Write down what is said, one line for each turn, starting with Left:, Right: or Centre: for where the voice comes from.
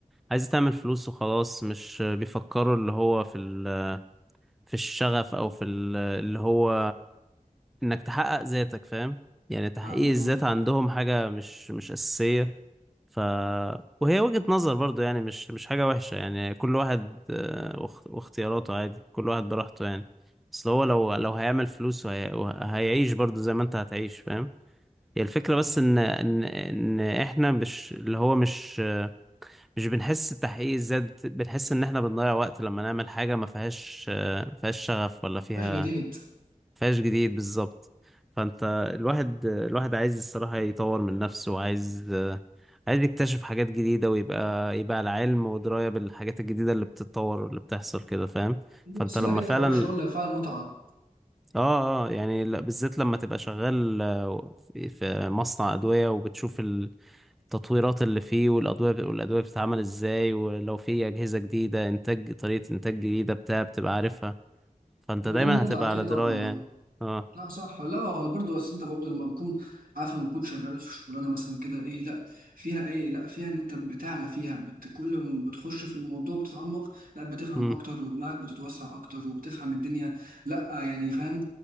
Centre: عايز تعمل فلوس وخلاص مش بيفكروا اللي هو في ال... في الشغف او في ال... اللي هو انك تحقق ذاتك فاهم يعني تحقيق
Right: فاهمك
Centre: الذات
Right: طبعا
Centre: عندهم حاجة مش مش أساسية ف وهي وجهة نظر برضو يعني مش مش حاجة وحشة يعني كل واحد آه، واخت- واختياراته عادي كل واحد براحته يعني بس هو لو لو هيعمل فلوس وهي... وهيعيش برضو زي ما انت هتعيش فاهم هي الفكرة بس ان ان ان احنا مش اللي هو مش مش بنحس بتحقيق الذات بت- بنحس ان احنا بنضيع وقت لما نعمل حاجة ما فيهاش آه، فيهاش شغف ولا فيها
Right: مش جديد
Centre: فيهاش جديد بالظبط فانت الواحد الواحد عايز الصراحة يطور من نفسه وعايز آه، عايز يكتشف حاجات جديدة ويبقى يبقى على علم ودراية بالحاجات الجديدة اللي بتتطور واللي بتحصل كده فاهم فانت
Right: سيبك
Centre: لما
Right: انت
Centre: فعلا
Right: حوار الشغل فعلا متعه
Centre: اه اه يعني لا- بالذات لما تبقى شغال آه، في في مصنع أدوية وبتشوف ال... التطويرات اللي فيه والأدوية والأدوية بتتعمل إزاي ولو في أجهزة جديدة إنتاج طريقة إنتاج جديدة بتاع بتبقى عارفها فأنت
Right: الموضوع
Centre: دايما
Right: ممتع
Centre: هتبقى
Right: اكيد
Centre: على دراية
Right: طبعا
Centre: يعني اه
Right: لا صح لا هو برضه بس انت برضه لما بتكون عارف لما بتكون شغال في شغلانه مثلا كده ايه لا فيها ايه لا فيها ان انت بتعلى فيها بت كل ما بتخش في الموضوع بتتعمق لا بتفهم
Centre: امم
Right: اكتر ودماغك بتتوسع اكتر وبتفهم الدنيا لا يعني فاهم